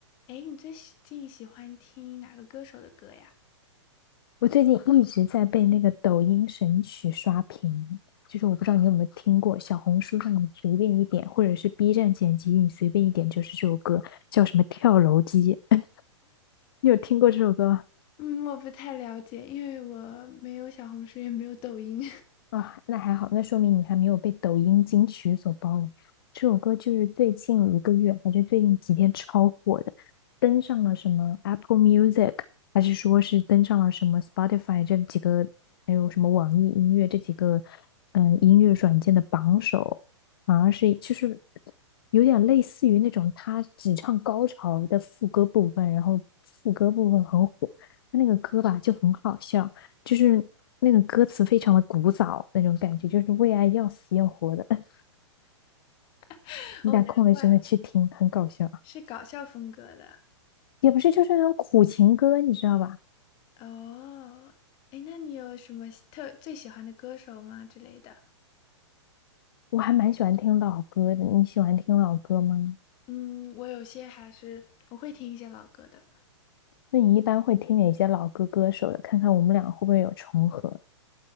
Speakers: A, on the left (about 30°); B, on the left (about 50°).
A: 哎，你最近喜欢听哪个歌手的歌呀？
B: 我最近一直在被那个抖音神曲刷屏，就是我不知道你有没有听过，小红书上你随便一点，或者是 B 站剪辑你随便一点，就是这首歌叫什么《跳楼机》<laughs>，你有听过这首歌吗？
A: 嗯，我不太了解，因为我没有小红书，也没有抖音。
B: 啊，那还好，那说明你还没有被抖音金曲所包围。这首歌就是最近一个月，还是最近几天超火的，登上了什么 Apple Music，还是说是登上了什么 Spotify 这几个，还有什么网易音乐这几个，嗯，音乐软件的榜首，反而是就是有点类似于那种他只唱高潮的副歌部分，然后副歌部分很火，他那个歌吧就很好笑。就是那个歌词非常的古早那种感觉，就是为爱要死要活的。<laughs>
A: <laughs>
B: 你打空了真的去听，
A: 哦，难怪
B: 很搞笑啊。
A: 是搞笑风格的。
B: 也不是，就是那种苦情歌，你知道吧？
A: 哦，哎，那你有什么喜特最喜欢的歌手吗之类的？
B: 我还蛮喜欢听老歌的。你喜欢听老歌吗？
A: 嗯，我有些还是我会听一些老歌的，
B: 那你一般会听哪些老歌歌手的？看看我们俩会不会有重合。